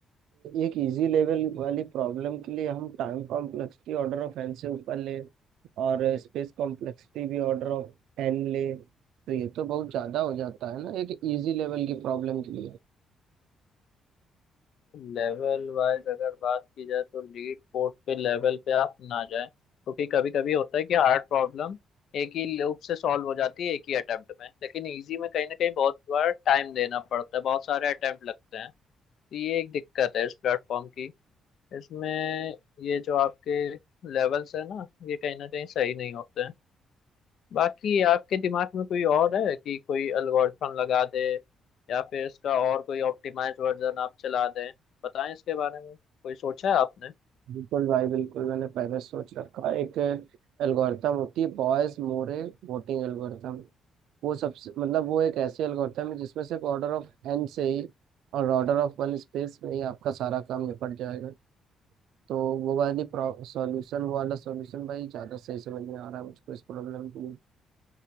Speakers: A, on the right; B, on the left.
A: एक इजी लेवल वाली प्रॉब्लम के लिए हम time complexity order of n से ऊपर ले और स्पेस कॉम्प्लेक्सिटी भी ऑर्डर ऑफ एन ले तो ये तो बहुत ज़्यादा हो जाता है ना एक इजी लेवल की प्रॉब्लम के लिए
B: लेवल वाइज अगर बात की जाए तो लीड पोर्ट पे लेवल पे आप ना जाएं क्योंकि कभी कभी होता है कि हार्ड प्रॉब्लम एक ही लूप से सॉल्व हो जाती है एक ही अटेम्प्ट में लेकिन इजी में कहीं ना कहीं बहुत बार टाइम देना पड़ता है बहुत सारे अटेम्प्ट लगते हैं तो ये एक दिक्कत है इस प्लेटफॉर्म की इसमें ये जो आपके लेवल्स है ना ये कहीं ना कहीं सही नहीं होते हैं बाकी आपके दिमाग में कोई और है कि कोई एल्गोरिथम लगा दे या फिर इसका और कोई ऑप्टिमाइज वर्जन आप चला दें बताएं इसके बारे में कोई सोचा है आपने
A: बिल्कुल भाई बिल्कुल मैंने पहले सोच रखा है। एक एल्गोरिथम होती है बॉयज मोरे वोटिंग एल्गोरिथम वो सबसे मतलब वो एक ऐसी एल्गोरिथम है जिसमें सिर्फ ऑर्डर ऑफ एन से ही और ऑर्डर ऑफ वन स्पेस में ही आपका सारा काम निपट जाएगा तो वो वाली सॉल्यूशन वो वाला सॉल्यूशन भाई ज़्यादा सही समझ में आ रहा है मुझको इस प्रॉब्लम के लिए